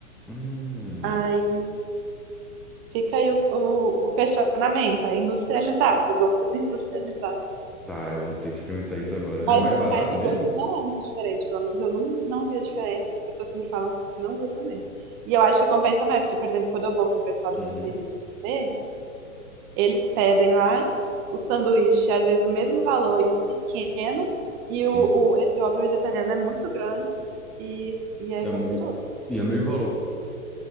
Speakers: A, in the centre; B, on the right.
A: Hum.
B: Aí fica aí o, o, o questionamento, é industrializado, eu gosto de <laughs> industrializado.
A: Tá, eu vou ter que experimentar isso agora. Ele
B: Mas,
A: é mais
B: o-
A: barato
B: mas o
A: mesmo?
B: gosto não é muito diferente, pelo menos eu não, não vi a diferença, as pessoas me falam que não viu também. E eu acho que compensa mais, porque, por exemplo, quando eu vou com o pessoal do
A: Uhum.
B: meu serviço comer, Eles pedem lá o sanduíche, às vezes o mesmo valor e pequeno, e
A: Sim.
B: o, o, esse Whopper vegetariano é muito grande e, e é
A: É
B: gostoso.
A: o me- E é o mesmo valor.